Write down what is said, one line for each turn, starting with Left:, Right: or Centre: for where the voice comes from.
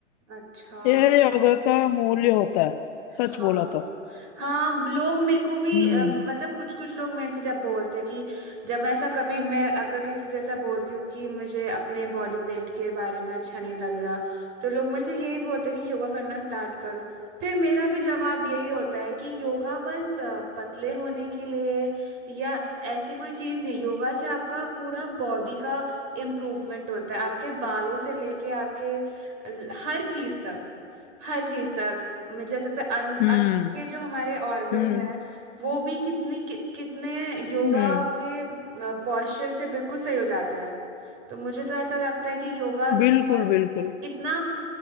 Right: अच्छा
Left: ये योगा का मूल्य होता है
Right: हाँ
Left: सच बोला तो
Right: हाँ लोग मेरे को भी
Left: हम्म
Right: अ, मतलब कुछ कुछ लोग मेरे से जब बोलते हैं कि जब ऐसा कभी मैं अगर किसी से ऐसा बोलती हूँ कि मुझे अपने बॉडी वेट के बारे में अच्छा नहीं लग रहा तो लोग मेरे से यही बोलते हैं कि योगा करना स्टार्ट करो फिर मेरा भी जवाब यही होता है कि योगा बस अ, पतले होने के लिए या ऐसी कोई चीज़ नहीं योगा से आपका पूरा बॉडी का इम्प्रूवमेंट होता है आपके बालों से लेके आपके अ, हर चीज़ तक हर चीज तक मुझे ऐसा लगता है अन,
Left: हम्म
Right: अन, के जो हमारे ऑर्गन्स
Left: हम्म
Right: हैं वो भी कितनी कि, कितने योगा
Left: हम्म
Right: के पोस्चर से बिल्कुल सही हो जाते हैं तो मुझे तो ऐसा लगता है कि योगा बस
Left: बिल्कुल बिल्कुल
Right: इतना